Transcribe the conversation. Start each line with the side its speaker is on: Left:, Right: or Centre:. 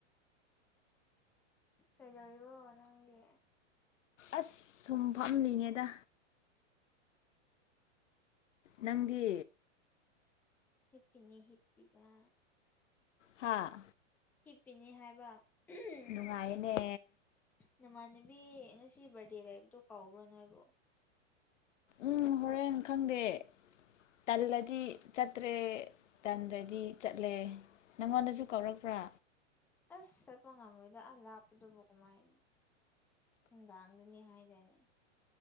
Centre: ꯀꯩꯗꯧꯔꯤꯕꯣ ꯅꯪꯗꯤ
Left: ꯑꯁ ꯁꯨꯝ ꯐꯝꯂꯤꯉꯗ ꯅꯪꯗꯤ
Centre: ꯍ ꯄꯅꯤ ꯍꯞꯄꯕ
Left: ꯍꯥꯥ
Centre: ꯍꯤꯄꯤꯅꯤ ꯍꯥꯏꯕ ꯎꯝ
Left: ꯅꯨꯡꯉꯥꯏꯌꯦꯅꯦ
Centre: ꯅꯃꯥꯟꯅꯕꯤ ꯉꯁꯤ ꯕꯥꯔꯗꯦ ꯂꯩꯕꯗꯣ ꯀꯥꯎꯕ꯭ꯔꯣ ꯅꯣꯏꯕꯣ
Left: ꯎꯝ ꯍꯣꯔꯦꯟꯦꯟ ꯈꯪꯗꯦ ꯇꯜꯂꯗꯤ ꯆꯠꯇ꯭ꯔꯦ ꯇꯜꯂꯗꯤ ꯆꯠꯂꯦ ꯅꯪꯉꯣꯟꯗꯁꯨ ꯀꯧꯔꯛꯄ꯭ꯔꯥ
Centre: ꯑꯁ ꯆꯠꯄ ꯉꯝꯃꯣꯏꯗ ꯑꯥ ꯂꯥꯞꯄꯗꯨꯕ ꯀꯃꯥꯏꯅ ꯎ ꯗꯅꯤ ꯍꯥꯏꯗꯅꯦ